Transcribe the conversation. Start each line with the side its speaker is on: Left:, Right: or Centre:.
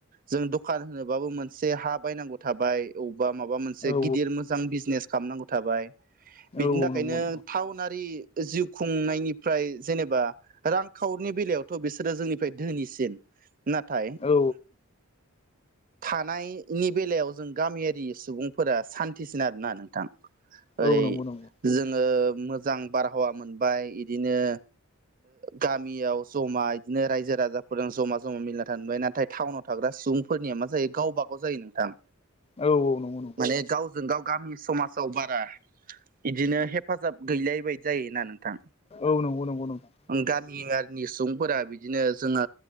Right: जों दखान होनोबाबो मोनसे हा बायनांगौ थाबाय अबावबा माबा मोनसे
Left: औ
Right: गिदिर मोजां बिजनेस खालामनांगौ थाबाय बिनि
Left: औ
Right: थाखायनो
Left: नंगौ नंगौ
Right: टाउनारि जिउ खुंनायनिफ्राय जेनेबा रांखावरिनि बेलायावथ' बिसोरो जोंनिफ्राय धोनिसिन नाथाय
Left: औ
Right: थानायनि बेलायाव जों गामियारि सुबुंफोरा सान्थिसिन आरोना नोंथां ओरै
Left: औ नंगौ नंगौ
Right: जोङो मोजां बारहावा मोनबाय बिदिनो गामियाव जमाय बिदिनो रायजो राजाफोरजों जमा जमा मिलना थबाय नाथाय टाउनाव थाग्रा सुबुं फोरनिया मा जायो गावब गाव जायो नोंथां
Left: औ नंगौ नंगौ
Right: मान गाव जजों गाव गामि समाजाव बारा बिदिनो हेफाजाब गैलायबायदि जायोना नोंथां
Left: औ नंगौ नंगौ नंगौ
Right: गामियारिनि सुबुंफोरा बिदिनो जोङो